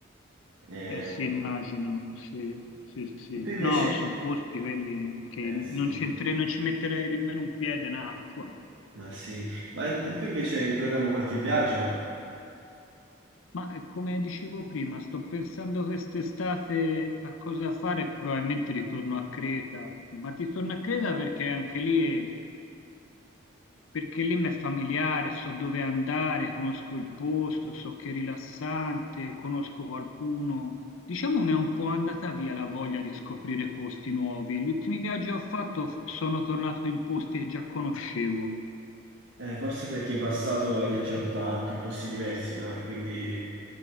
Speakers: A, on the right (about 70°); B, on the left (about 80°).
A: Eh,
B: Eh sì, immagino, sì, sì, sì.
A: tu invece...
B: No, sono posti quelli che
A: Eh sì,
B: non c'entre- non ci metterei nemmeno un piede in acqua.
A: ma sì. Ma tu invece hai in programma qualche viaggio?
B: Ma eh, come dicevo prima, sto pensando quest'estate a cosa fare, probabilmente ritorno a Creta, ma ti torno a Creta perché anche lì, perché lì mi è familiare, so dove andare, conosco il posto, so che è rilassante, conosco qualcuno. Diciamo mi è un po' andata via la voglia di scoprire posti nuovi. Gli ultimi viaggi che ho fatto f- sono tornato in posti che già conoscevo.
A: Eh, forse perché in passato hai viaggiato tanto in posti diversi, no? E quindi